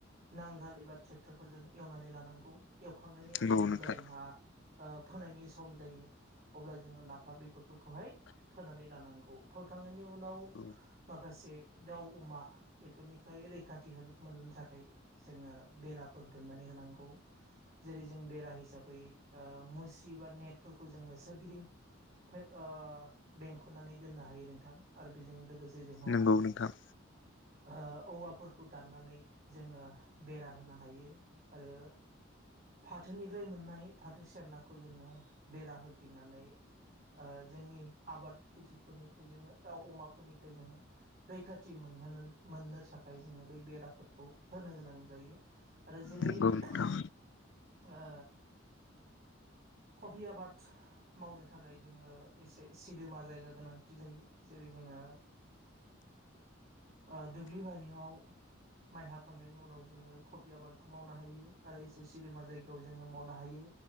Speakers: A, on the right; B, on the left.
A: नांगाल एबा ट्रेक्टर फोरजों एवनानै लानांगौ एवखांनायनि
B: नंगौ
A: उनाव जेब्ला
B: नोंथां
A: जोंहा ओ फोनायनि सम जायो अब्ला जोङो लाफा बेगरफोरखौहाय फोनानै लानांगौ फोखांनायनि उ उनाव
B: औ
A: माखासे दाउ अमा बेफोरनिफ्राय रैखाथि होन मोननो थाखाय जोङो बेराफोर दुमनानै होनांगौ जेरै जों बेरा हिसाबै ओ मुस्रि बा नेट फोरखौ जोङो सोरगिदिं ओमफाय ओ बेंखननानै दोननो हायो नोंथां आरो बेजों लोगोसे जोंहा
B: नंगौ नोंथां।
A: ओ औवाफोरखौ दाननानै जोङो बेरा होनो हायो आरो फाथोनिफ्राय मोननाय फाथो सेरनाखौ जोङो बेरा होग्दिंनानै ओ जोंनि आबाद खेथिफोरनिफ्राय जोङो दाउ अमाफोरनिफ्राय जोङो रैखाथि मोन <unintelligible> मोननो थाखाय जोङो बै बेराफोरखौ होनो गोनां जायो। आरो जेरै-
B: नंगौ नोंथां
A: <unintelligible> ओ कफि आबाद मावनो थाखाय जोङो एसे सिदोमा जायगा गोनांथि जायो जेरै- जोङो ओ दुब्लि बारियाव माइ हाखांनायनि उनाव जोङो कफि आबादखौ मावनो हायो आरो एसे सिदोमा जायगायाव जोङो मावनो हायो